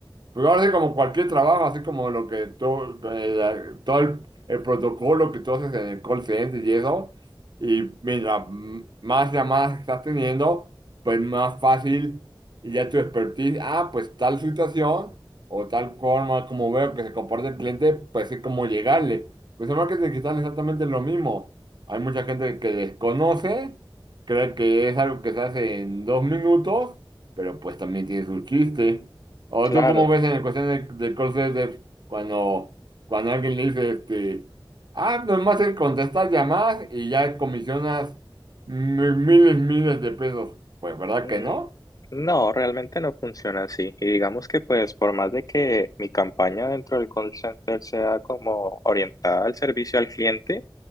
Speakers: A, on the right; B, on the left.
A: Pero ahora sí, como cualquier trabajo, así como lo que todo, eh, la- todo el, el protocolo que tú haces en el call center y eso, y mira, m- más llamadas estás teniendo, pues más fácil y ya tu expertise, ah, pues tal situación o tal forma como veo que se comporta el cliente, pues es como llegarle. Pues en marketing digital es exactamente lo mismo. Hay mucha gente que desconoce, cree que es algo que se hace en dos minutos, pero pues también tiene su chiste. ¿O
B: Claro.
A: tú cómo ves en la cuestión del, del call center cuando, cuando alguien le dice, este, ah, nomás es contestar llamadas y ya comisionas mi- miles, miles de pesos? Pues, ¿verdad
B: Mm,
A: que no?
B: No, realmente no funciona así. Y digamos que pues por más de que mi campaña dentro del call center sea como orientada al servicio al cliente,